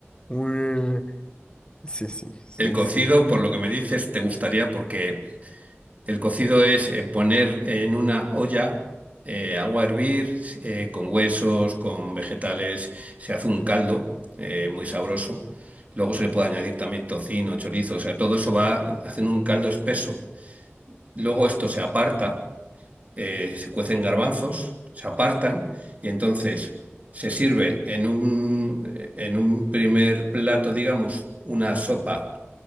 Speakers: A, on the left (about 20°); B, on the right (about 35°).
A: Un- Sí, sí, sí,
B: El cocido,
A: sí. <laughs>
B: por lo que me dices, te gustaría porque El cocido es eh, poner en una olla eh, agua a hervir eh, con huesos, con vegetales, se hace un caldo eh, muy sabroso. Luego se le puede añadir también tocino, chorizo, o sea, todo eso va haciendo un caldo espeso. Luego esto se aparta, eh, se cuecen garbanzos, se apartan y entonces se sirve en un, en un primer plato, digamos, una sopa